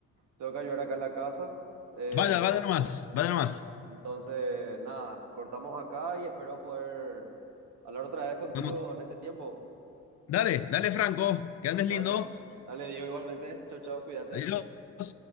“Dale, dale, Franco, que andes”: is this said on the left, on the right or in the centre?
Left